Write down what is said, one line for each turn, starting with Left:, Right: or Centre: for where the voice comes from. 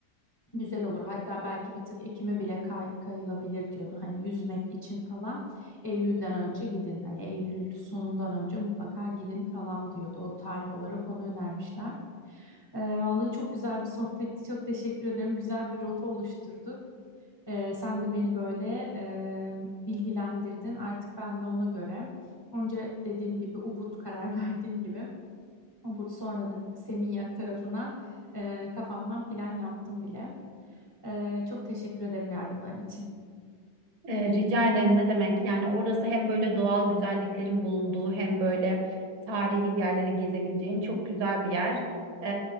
Left: güzel olur. Hatta belki bir tık Ekim'e bile kay- kayılabilir diyordu. Hani yüzmek için falan Eylül'den önce gidin. Hani Eylül sonundan önce mutlaka gidin falan diyordu. O tarih olarak onu önermişler. Ee, vallahi çok güzel bir sohbetti. Çok teşekkür ederim. Güzel bir rota oluşturduk. Ee, sen de beni böyle e, bilgilendirdin. Artık ben de ona göre. Önce dediğim gibi Ubud karar <laughs> verdiğim gibi. Ubud sonra da Seminyak tarafına e, kafamdan plan yaptım bile. Ee, çok teşekkür ederim yardımların için.
Right: E, rica ederim ne demek? Yani orası hem böyle doğal güzelliklerin bulunduğu hem böyle tarihi yerleri gezebileceğin çok güzel bir yer. E,